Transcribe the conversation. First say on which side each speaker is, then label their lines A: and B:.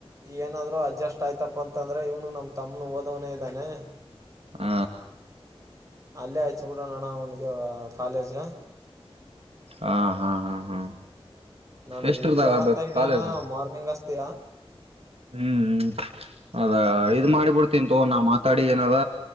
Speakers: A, on the right (about 30°); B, on the right (about 75°).
A: ಏನಾದ್ರು ಅಡ್ಜಸ್ಟ್ ಆಯ್ತಪ್ಪ ಅಂತಂದ್ರೆ ಇವನು ನಮ್ ತಮ್ಮ್ನು ಓದವನೇ ಇದ್ದಾನೆ
B: ಹ
A: ಅಲ್ಲೇ ಆಯಚ್ ಬಿಿಡಣ್ಣ ಅವನಿಗೆ ಕಾಲೇಜ
B: ಹಾ ಹಾ ಹಾ ಹಾ
A: ನನ್ಗ್
B: ಎಷ್ಟರದಾಗ
A: ನಿದ್ದೆ
B: ಆಗ್ಬೇಕು
A: ಬರ್ತಾ ಇದೆ
B: ಕಾಲೇಜ್
A: ಅಣ್ಣ ಮಾರ್ನಿಂಗ್ ಅಚ್ತಿಯ
B: ಹ್ಮ್ ಅದ ಇದ್ ಮಾಡಿಬಿಡ್ತೀನ್ ತೋ ನಾ್ ಮಾತಾಡಿ ಏನದ